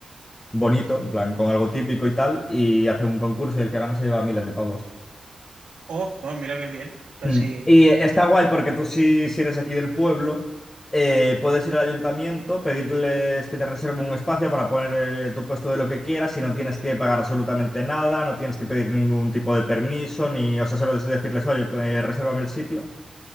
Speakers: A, on the left; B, on the right.
A: bonito, en plan con algo típico y tal, y hacen un concurso y el que gana se lleva miles de pavos.
B: Oh, ah, mira qué bien. O sea,
A: Mm.
B: sí.
A: Y está guay porque tú si, si eres aquí del pueblo, eh, puedes ir al ayuntamiento, pedirles que te reserven un espacio para poner eh, tu puesto de lo que quieras y no tienes que pagar absolutamente nada, no tienes que pedir ningún tipo de permiso, ni, o sea, solo es decirles, oye, pues eh, resérvame el sitio.